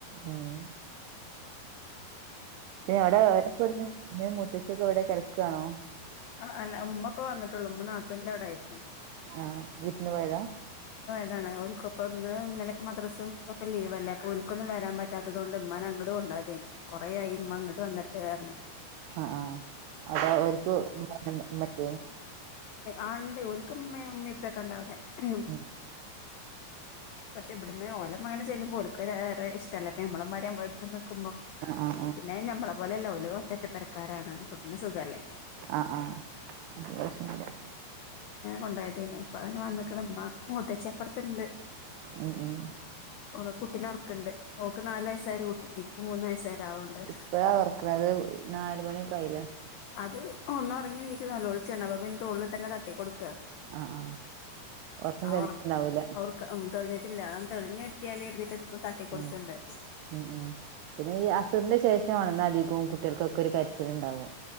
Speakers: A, on the right (about 80°); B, on the left (about 70°).
A: ഉം എവിടെ ഓലൊക്കെ എവിടെ <unintelligible> മുത്തശ്ശി ക്കെഎവിടെ കെടക്കാണോ
B: ആ അല്ല ഉമ്മ ഇപ്പ വന്നിട്ടുള്ളൂ ഉമ്മ നാത്തൂന്റവിടായിരുന്നു
A: ആഹ് വിര്ന്ന് പോയതാ
B: അതാണ് ഓൽക്കൊപ്പൊ ഇന്ന് ഇന്നലെപ്പം മദ്രസും ഒക്കെ ലീവല്ലേ അപ്പോ ഒൽക്കൊന്നും വരാൻ പറ്റാത്തതോണ്ട് ഇമ്മാനെ അങ്ങട് കൊണ്ടേര്തേന്നു കൊറെ ആയിമ്മ ഇങ്ങട്ട് വന്നിട്ട് ആറഞ്ഞു
A: അ ആ അവിടെ ഓര്ക്ക് മറ്റേ
B: ആ ഇണ്ട് ഓൽക്ക് ഇമ്മിം ഇമ്മിംപ്പൊക്കെണ്ടവിടെ ഏ
A: ഉം
B: പക്ഷേ ഇവ് ട്ന്ന് ഓലമ്മങ്ങനെ ചെല്ലുമ്പോ ഓല്‍ക്ക് വേറെ ഇഷ്ട്ടല്ലേ ഇപ്പോ അമ്മളമ്മാ ര് നമ്മളട്ത്ത് നിക്കുമ്പോ
A: ആഹ് ആഹ്
B: പിന്നെ നമ്മളെ പോലെല്ല ഓല് ഒറ്ററ്റപ്പെരക്കാരാണ് അപ്പൊ പിന്നെ സുഖല്ലേ
A: ആ ആ അപ്പം പ്രശ്നല്യാ
B: കൊണ്ടയ്തേനു പ്പ അങ്ങനെ വന്ന്ക്ക്ണ് മ്മ മൂത്തച്ചിഅപ്പർത്ത്ണ്ട്
A: ഉം ഉം
B: ഓള് കുട്ടിനെ ഒർക്ക്ണ്ട് ഓക്ക് നാല് വയസ്സായൊരു കു ട്ടിണ്ട് ഇപ്പൊ മൂന്ന് വയസായ ഒരാളുണ്ട്
A: ഇപ്പഴാ ഒറക്കണത് നാല് മണിയൊക്കെ ആയില്ലേ
B: അത് ഒന്നൊർങ്ങി നീച്ച് നൊലോൾച്ചാണ് അപ്പ പിന്നെ തോൾട്ടങ്ങനെ തട്ടി കൊട് ക്കാ
A: ആഹ് ആഹ് ഒറക്കം
B: ആ
A: തെളിഞ്ഞിട്ടുണ്ടാവൂല
B: ഒർക്കം ഒർക്കം തെൾഞ്ഞി തെൾഞ്ഞ്ട്യാല് <unintelligible> തട്ടി കൊട്ക്ക്ണ്ട്
A: ഉം ഉം ഉം പിന്നെ ഈ അസറിന്റെ ശേഷമാ അധികൊം കുട്യൾക്കൊക്കൊരു കരിച്ചില് ഇണ്ടാവും